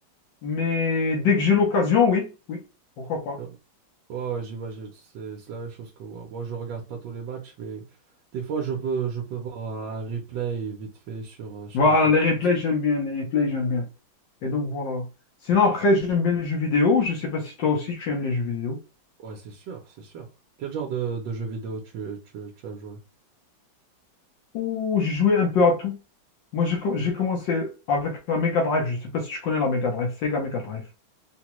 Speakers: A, on the left; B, on the right.
A: mais dès que j'ai l'occasion, oui, oui, pourquoi pas.
B: Euh, Ouais, ouais, j'imagine. C'est c'est la même chose que moi. Moi, je regarde pas tous les matchs, mais des fois, je peux, je peux voir un replay vite fait sur, euh, sur
A: Voilà,
B: Internet.
A: les replays, j'aime bien, les replays, j'aime bien. Et donc voilà. Sinon, après, j'aime bien les jeux vidéo. Je sais pas si toi aussi tu aimes les jeux vidéo.
B: Ouais, c'est sûr, c'est sûr. Quel genre de, de jeu vidéo tu, tu, tu as joué?
A: Ouh, j'ai joué un peu à tout. Moi, j'ai com- j'ai commencé avec la Mega Drive. Je ne sais pas si tu connais la Mega Drive, Sega Mega Drive.